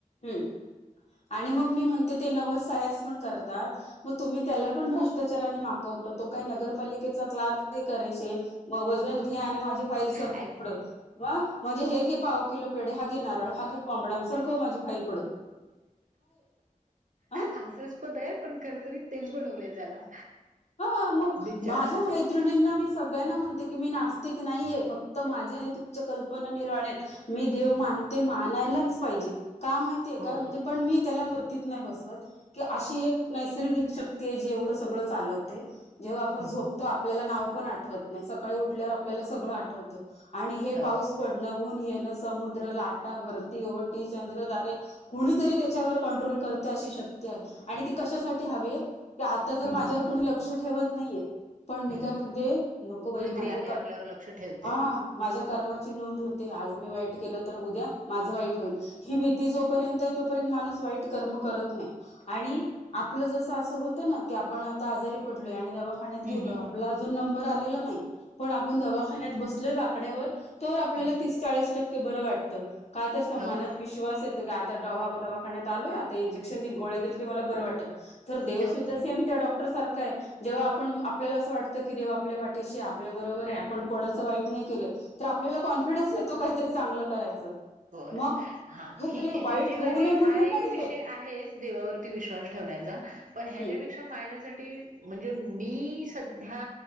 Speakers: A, on the left (about 50°); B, on the right (about 70°).
A: हम आणि मग मी म्हणते ते नवस सायास पण करता मग तुम्ही त्याला पण भ्रष्टाचार आणि मागणी <inaudible> तो काय नगरपालिकेचा क्लार्क नाही करायचाय. म वजन घे आणि माझी फाईल सारखव
B: ॲक
A: पुढ मग म्हणजे हे घे पाव किलो पेडे हा घे नारळ हा घे कोंबडां आणि सारखव माझी फईल पुढ आ
B: हास्यास्पद आहे पण खरतरी तेच बनवलय त्याला.
A: ह मग
B: बिचारा.
A: माझ्या मैत्रिणींना मी सगळ्यांना म्हणते की मी नास्तिक नाहीये फक्त माझ्या आणि तुमच्या कल्पना निराळ्या आहेत मी देव मानते मानायलाच पाहिजे. का माहितीय
B: हो.
A: का म्हणजे. पण मी त्याला मूर्तीत नाही बसवत. की अशी एक नैसर्गिक शक्ती आहे जी एवढं सगळं चालवते. जेव्हा आपण
B: हं.
A: झोपतो आपल्याला नाव पण आठवत नाही. सकाळी उठल्यावर आपल्याला सगळं आठवतं. आणि हे
B: हो.
A: पाऊस पडणं ऊन ऊन येणे समुद्र, लाटा, भरती, ओहटी, चंद्र, तारे कुणीतरी त्यावर कंट्रोल करत गुप्त अशी शक्ती आहे आणि ती कशासाठी हवी आहे की आता जर
B: हं.
A: माझ्यावर कोणी लक्ष ठेवत नाहीये. तर पण मी
B: हम्म.
A: काय म्हणते नको बाई
B: कुणीतरी
A: माझ्या
B: आहे
A: कर
B: आपल्यावर लक्ष ठेवतय.
A: हा माझ्या कर्माची कर्माची नोंद होते आज मी वाई केलं तर उद्या माझ वाईट होईल. ही भीती भीती जोपर्यंत आहे तोपर्यंत माणूस वाईट कर्म करत नाही आणि आपलं जस अस होत ना की आपण आता आजारी पडलोय आणि दवाखान्यात
B: हम्म
A: गेलो
B: हम्म.
A: आपला अजून नंबर आला आलेला नाही. पण आपण दवाखान्यात बसलोय बाकड्यावर तर आपल्याला
B: हम्म.
A: तीस चाळीस टक्के टक्के बर वाटत. का तसं
B: हो.
A: मनात विश्वास येतो आता दवाखान्यात आलोय आता इंजेक्शन देइल गोळ्या देइल की मला बरं वाटेल तर देव
B: हो.
A: सुद्धा सेम त्या डॉक्टर सारखा आहे जेव्हा आपण आपल्याला असं वाटतं की देव आपल्या पाठीशी शी आपल्या बरोबर आहे आपण कोणाचं वाईट नाही केलं.. तर आपल्याला कॉन्फिडन्स येतो काहीतरी चांगलं करायचं...
B: हो.
A: मग
B: हा
A: कुठेतरी
B: ही एनर्जीवाली
A: वाईट होऊ नये म्हणून
B: हा
A: हे
B: एक
A: पाहिजे
B: विषय आहेच देवावरती विश्वास ठेवण्याचा. पण ह्याच्यापेक्षा
A: हम्म
B: माझ्या.. म्हणजे मी सध्या